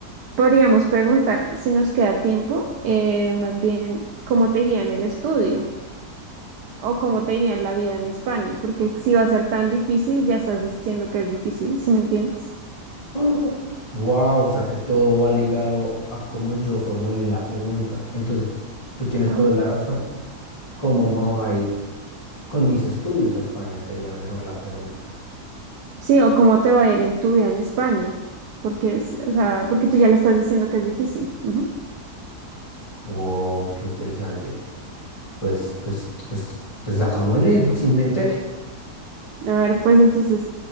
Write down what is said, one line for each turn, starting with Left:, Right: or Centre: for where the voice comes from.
Right: Podríamos preguntar si nos queda tiempo, eh, más bien cómo te iría en el estudio o cómo te iría en la vida en España, porque si va a ser tan difícil, ya estás diciendo que es difícil, ¿sí me entiendes?
Left: <gasps> Wow, o sea que todo va ligado a cómo yo formule la pregunta. Entonces, tú tienes
Right: Ajá.
Left: toda la razón. ¿Cómo me voy a ir con mis estudios a España? Sería mejor la pregunta.
Right: Sí, o cómo te va a ir en tu vida en España, porque es, o sea, porque tú ya le estás diciendo que es difícil. Ujú.
Left: Wow, qué interesante. Pues, pues, pues, pues hagámosle sin mente.
Right: A ver, pues entonces